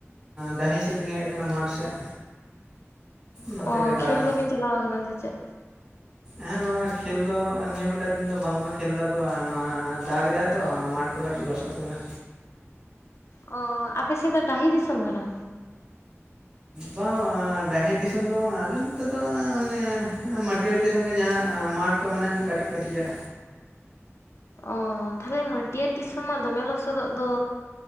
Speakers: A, on the right; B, on the left.
A: ᱰᱟᱺᱦᱤ ᱥᱮᱫ ᱞᱤᱧ ᱦᱮᱡ ᱟᱠᱟᱱᱟ ᱢᱟᱴ ᱥᱮᱫ᱾ ᱱᱚᱛᱮ
B: ᱚ
A: ᱜᱮ ᱫᱟᱬᱟᱱ
B: ᱠᱷᱮᱞ ᱠᱚᱵᱤᱱ ᱪᱟᱞᱟᱣ ᱟᱠᱟᱱᱟ ᱥᱮ ᱪᱮᱫ?
A: ᱦᱮᱸ ᱵᱟᱝᱟ ᱠᱷᱮᱞ ᱫᱚ ᱱᱤᱭᱟᱹ ᱜᱚᱴᱟ ᱫᱤᱱ ᱫᱚ ᱵᱟᱝᱠᱚ ᱠᱷᱮᱞ ᱫᱟᱠᱚ, ᱱᱚᱣᱟ ᱫᱟᱜ ᱜᱮᱫᱟᱭ ᱛᱚ ᱢᱟᱴᱷ ᱠᱚ ᱠᱟᱹᱴᱤᱡ ᱞᱚᱥᱚᱫ ᱟᱠᱟᱱᱟ᱾
B: ᱚ ᱟᱯᱮ ᱥᱮᱫ ᱫᱚ ᱰᱟᱦᱤ ᱫᱤᱥᱚᱢ ᱠᱟᱱᱟ?
A: ᱵᱟᱝ ᱵᱟᱝ ᱰᱟᱹᱸᱦᱤ ᱫᱤᱥᱚᱢ ᱫᱚ ᱵᱟᱝᱼᱟ ᱟᱞᱮ ᱱᱚᱛᱮ ᱫᱚ ᱚᱱᱮ ᱢᱟᱹᱴᱭᱟᱹᱲᱤ ᱫᱤᱥᱚᱢ ᱜᱮ ᱡᱟᱦᱟᱸ ᱢᱟᱴᱷ ᱠᱚ ᱢᱮᱱᱟᱜᱼᱟ ᱟᱹᱱᱤᱡ ᱠᱟᱹᱴᱤᱡ ᱠᱟᱹᱴᱤᱡᱟᱜ,
B: ᱚᱻ ᱛᱟᱦᱚᱞᱮ ᱢᱟᱹᱴᱤᱭᱟᱹᱲ ᱫᱤᱥᱚᱢ ᱢᱟ ᱫᱚᱢᱮ ᱞᱚᱥᱚᱫᱚᱜ ᱫᱚ,